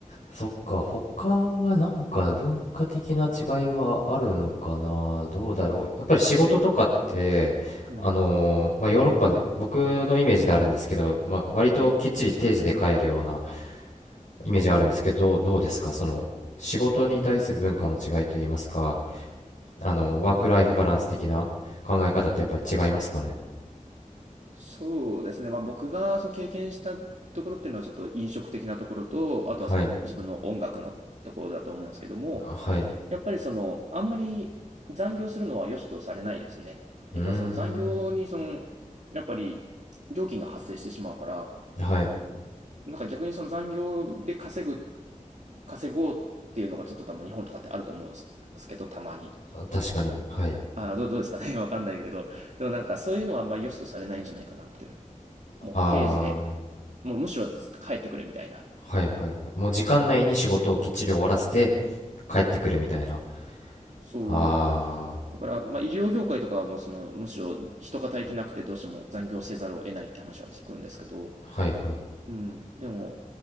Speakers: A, on the left; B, on the right.
A: そっか、他はなんか文化的な違いはあるのかなどうだろう。やっぱり仕事とかって、
B: うん、
A: あのーまあ、
B: うん。
A: ヨーロッパで、僕のイメージであるんですけど、まあ、割ときっちり定時で帰るような
B: はい。
A: イメージがあるんですけど、どうですか、その仕事に対する文化の違いといいますか、
B: うん、
A: あの、ワークライフバランス的な考え方ってやっぱり違いますかね。
B: うん、うん、うん。そうですね。まあ僕がその経験したところっていうのはちょっと飲食的なところと、あとはその自分の音楽のところだと思うんですけども、
A: はい、はい、
B: やっぱりその、あんまり残業するのは良しとされないですね。
A: うーん、
B: やっぱその残業にその、やっぱり料金が発生してしまうから、
A: はい、
B: なんか逆にその残業で稼ぐ、稼ごうっていうのがちょっと多分日本とかってあると思うんですけど、たまに。
A: 確かに、はい、
B: ああ、どう、どうですかね <laughs> わかんないですけど。でもなんかそういうのはあんまり良しとされないんじゃないかなっていう。もう定時で、
A: あー、
B: もうむしろ帰ってくれみたいな。
A: はいはいはい。もう時間内に仕事をきっちり終わらせて
B: うん。
A: 帰ってくるみたいな。
B: はい。そ
A: あ
B: うだから、まあ、医療業界とかはもうその、むしろ人が足りてなくてどうしても残業せざるを得ないって話は聞くんですけど、
A: ー、はいはい。
B: うん、でも、